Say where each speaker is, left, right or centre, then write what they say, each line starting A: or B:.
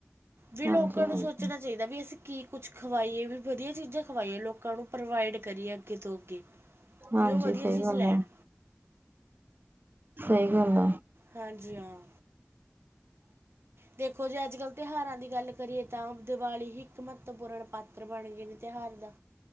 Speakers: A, on the right; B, on the right.
A: ਵੀ
B: ਹਾਂਜੀ
A: ਲੋਕਾਂ
B: ਹਾਂਜੀ
A: ਨੂੰ ਸੋਚਣਾ ਚਾਹੀਦਾ ਵੀ ਅਸੀਂ ਕੀ ਕੁੱਝ ਖਵਾਈਏ ਵੀ ਵਧੀਆ ਚੀਜ਼ਾਂ ਖਵਾਈਏ ਲੋਕਾਂ ਨੂੰ। ਪ੍ਰੋਵਾਈਡ ਕਰੀਏ ਅੱਗੇ ਤੋਂ ਅੱਗੇ,
B: ਹਾਂਜੀ
A: ਵੀ ਉਹ ਵਧੀਆ
B: ਸਹੀ
A: ਚੀਜ਼
B: ਗੱਲ
A: ਲੈਣ।
B: ਆ ਸਹੀ ਗੱਲ ਆ।
A: ਹਾਂਜੀ ਹਾਂ। ਦੇਖੋ ਜੇ ਅੱਜ- ਕੱਲ੍ਹ ਤਿਉਹਾਰਾਂ ਦੀ ਗੱਲ ਕਰੀਏ ਤਾਂ ਦਿਵਾਲੀ ਹੀ ਇੱਕ ਮਹੱਤਵਪੂਰਨ ਪਾ ਇੱਤਰ ਬਣ ਗਏ ਨੇ ਤਿਉਹਾਰ ਦਾ,